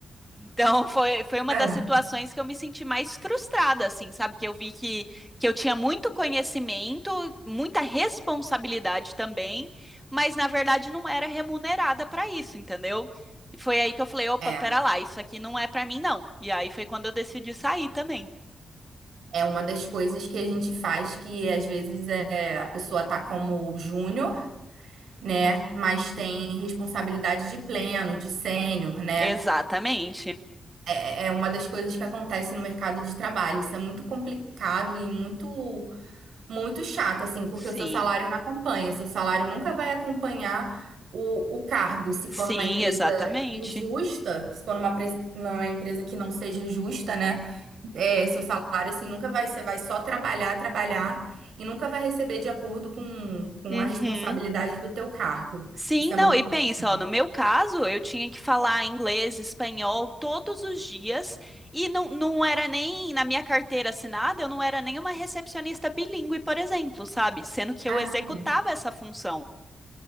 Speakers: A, in the centre; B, on the right (about 85°).
A: Então foi, foi uma
B: Cara,
A: das situações que eu me senti mais frustrada, assim, sabe? Que eu vi que, que eu tinha muito conhecimento, muita responsabilidade também, mas na verdade não era remunerada para isso, entendeu? E foi aí que eu falei, opa,
B: é.
A: pera lá, isso aqui não é para mim, não. E aí foi quando eu decidi sair também.
B: É uma das coisas que a gente faz que às vezes é, a pessoa tá como júnior, né? Mas
A: Uhum.
B: tem responsabilidade de pleno, de sênior, né?
A: Exatamente.
B: É é é uma das coisas que acontece no mercado de trabalho. Isso é muito complicado e muito, muito chato, assim, porque
A: Sim,
B: o seu salário não acompanha. Seu salário nunca vai acompanhar o, o cargo. Se for
A: sim,
B: numa empresa
A: exatamente.
B: injusta, se for uma, pre- uma empresa que não seja justa, né? É, seu salário, assim, nunca vai. Você vai só trabalhar, trabalhar e nunca vai receber de acordo com, com
A: Uhum.
B: a responsabilidade do teu cargo.
A: Sim,
B: Isso é
A: não,
B: muito
A: e
B: complicado.
A: pensa, ó, no meu caso, eu tinha que falar inglês, espanhol todos os dias, e não, não era nem na minha carteira assinada, eu não era nem uma recepcionista bilíngue, por exemplo, sabe? Sendo que
B: Caramba.
A: eu executava essa função.